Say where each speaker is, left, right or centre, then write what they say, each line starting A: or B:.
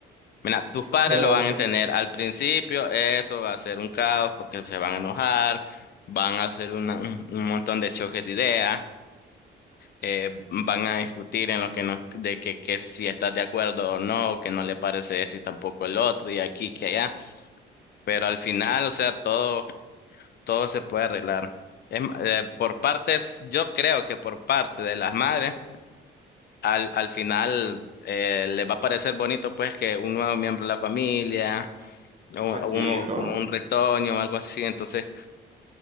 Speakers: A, on the left; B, on the right.
A: Mira, tus padres
B: pero
A: lo van
B: tú-
A: a entender. Al principio eso va a ser un caos porque se van a enojar, van a hacer una- un, un montón de choques de ideas, eh, van a discutir en lo que no, de que, que si estás de acuerdo o no, que no le parece esto y tampoco el otro y aquí que allá. Pero al final, o sea, todo todo se puede arreglar. Es, ma- eh, por partes, yo creo que por parte de las madres, al, al final eh, les va a parecer bonito pues que un nuevo miembro de la familia, o-
B: pues sí,
A: uno
B: bro.
A: como un retoño o algo así. Entonces,